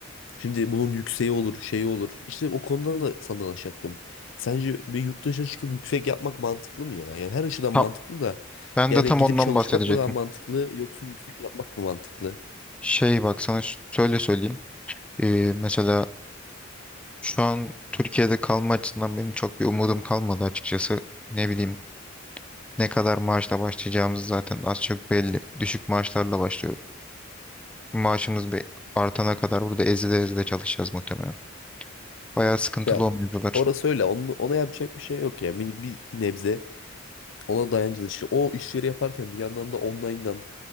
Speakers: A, on the left; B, in the centre.
A: Şimdi bunun yükseği olur, şeyi olur. İşte o konudan da sana danışacaktım. Sence bir yurt dışına çıkıp yüksek yapmak mantıklı mı ya? Yani her açıdan
B: Tam,
A: mantıklı da.
B: ben
A: Yani
B: de tam
A: gidip
B: ondan
A: çalışmak
B: bahsedecektim.
A: mı daha mantıklı yoksa yüksek yapmak mı mantıklı?
B: Şey bak sana ş- şöyle söyleyeyim. Ee, mesela şu an Türkiye'de kalma açısından benim çok bir umudum kalmadı açıkçası. Ne bileyim ne kadar maaşla başlayacağımız zaten az çok belli. Düşük maaşlarla başlıyor Maaşımız bir artana kadar burada ezide ezide çalışacağız muhtemelen. Bayağı sıkıntılı
A: Ya
B: o mevzular.
A: orası öyle. Onu, ona yapacak bir şey yok ya. Bir, bir nebze ona dayancılı işte. O işleri yaparken bir yandan da online'dan